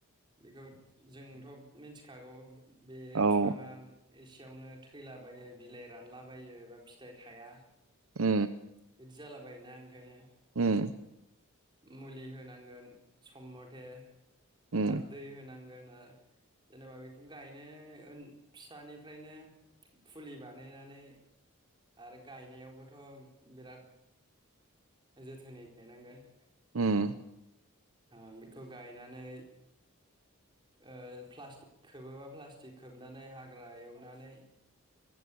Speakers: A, on the right; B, on the right.
A: बेखौ जोंथ' मिथिखागौ बे
B: औ
A: फिफांआ एसेयावनो थैलाबायो बिलाइ रानलाबायो बा फिथाइ थाया।
B: उ
A: बिदि जालाबायो ना ओंखायनो
B: उम
A: मुलि होनांगोन सम मथे
B: उम
A: आरो दै होनांगोन ओ जेनेबा बेखौनो गायनो फिसानिफ्रायनो फुलि बानायनानै आरो गायनायावबोथ' बिराद जोथोनै गायनांगोन
B: उम।
A: ओ- बेखौ गायनानै ओ- प्लास्टिक खोबोबा प्लास्टिक खोबनानै हाग्रा एवनानै